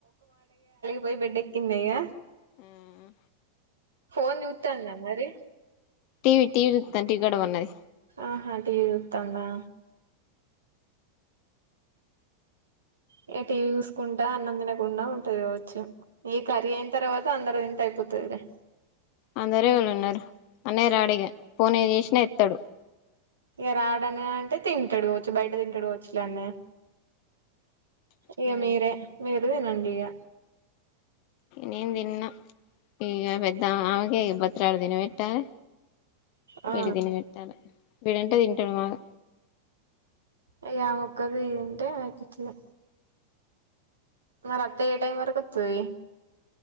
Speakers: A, on the right (about 70°); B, on the left (about 45°).
A: పోయ్ బెడ్ఎక్కింద ఇగ
B: మ్
A: ఫోన్ జుత్తాన్నా మరి
B: టీవీ టీవీ చూస్తాను టీ గొడవ ఉన్నది
A: ఆహా టీవి చూత్తాందా. ఇగ టివి చూసుకుంటా అన్నం తినకుండా ఉంటది కావచ్చు ఈ కర్రీ అయిన తర్వాత అందరు తింటే అయిపో పోతదిలే
B: అందరేవాలు ఉన్నారు అన్నయ్య రాడిగా ఫోన్ ఏ చేసినా ఎత్తాడు
A: ఇగ రాడనా అంటే తింటాడుకవచ్చు బయట తింటాడుకవ ఇగ అన్నయ్య ఇగ
B: తినని
A: మీరె మీర అదేనండీయ
B: నేన్ తిన్న ఇగా పెద్ద ఆమెకే బతిలాడి దిన పెట్టాలే
A: ఆ
B: వీడి తినిబెట్టాలి వీడంటే తింటాడు మాగా
A: ఇగ ఆమె ఒక్కతి దింటే అఐపోతాది మరి అత్తయ్య ఏ టైమ్ వరకు అత్తది